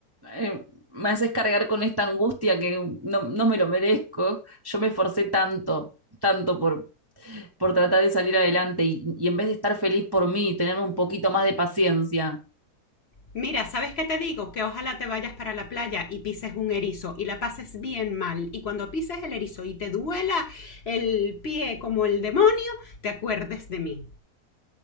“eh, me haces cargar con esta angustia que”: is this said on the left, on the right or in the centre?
Right